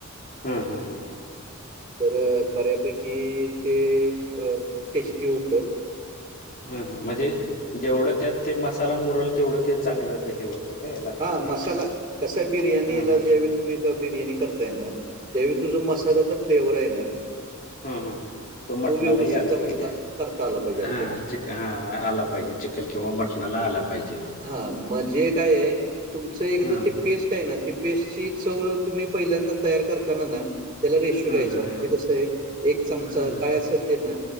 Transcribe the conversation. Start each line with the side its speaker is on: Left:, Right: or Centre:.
Left: हां. हां. हां. हां.
Right: तर बऱ्यापैकी ते अ टेस्टी होत.
Left: हम. ह म्हणजे जेवढं त्यात ते मसाला मुरल तेवढं ते चांगलं ते हे होतं. काय लागतं
Right: हा. मसाला
Left: काय
Right: कसय? बिर्याणीला
Left: हां हां
Right: ज्यावेळी तुम्ही बिर्याणी करताय ना? त्यावेळी तुझ्या मसाल्याचा फ्लेवर आहे ना?
Left: ह हं. हं. हं. हं. तो मटणालाही
Right: व्यवस्थित
Left: आला
Right: जमता
Left: पाहिजे.
Right: करता आला पाहिजे आपल्याला.
Left: हं. चिक हं आला- पाहिजे. चिकन किंवा
Right: हां,
Left: मटणाला आला पाहिजे तो.
Right: हां, म्हणजे काय आहे, तुमचं एकदा
Left: हां
Right: ती पेस्ट आहे ना? ती पेस्ट ची चव तुम्ही पहिल्यांदा- तयार करताना ना? त्याला रेशो
Left: हं
Right: घ्यायचा.
Left: हं
Right: म्हणजे कसं आहे? एक चमचा
Left: हं
Right: काय असेल ते ना-